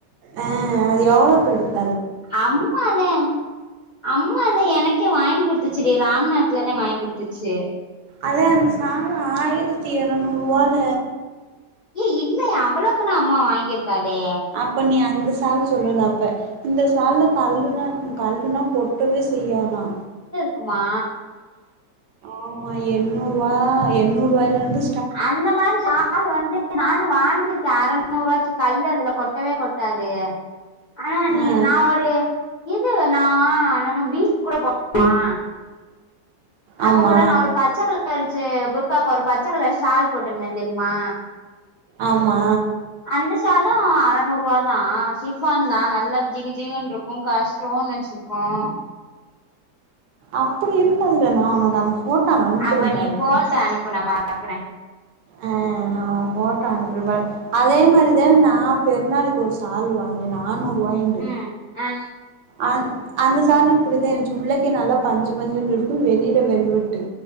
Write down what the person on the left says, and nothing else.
அம்மாதே அம்மாதே எனக்கே வாங்கி குடுத்துச்சுடி ராம்நாத்லதான் வாங்கி குடுத்துச்சு
ஏ இல்ல அவ்ளவுக்குன்னா அம்மா வாங்கியிருக்காதே
அம்மா
அந்த மாரி சால் வந்து நானு வாங்கிருக்கேன் அறநூறு ரூவாய்க்கு கல்லு அதுல கொட்டவே கொட்டாது ஆனா
நான் ஒரு இது நான் நம்ம பீச் கூட போட்டமா அப்ப
கூட நான் ஒரு பச்ச கலரயிச்சு புர்காக்கு ஒரு பச்ச கலர் சால் போட்டிருந்தேன் தெரியுமா
அந்த சால்லும் அறநூறு ரூவா தான் சிஃபான் தான் நல்லது ஜிகு ஜிகுனுருக்கும் க ஸ்டோன் வச்சிருக்கும்
அப்ப
நீ போட்டோ அனுப்பு நான் பாக்குறேன்
ம் ஆ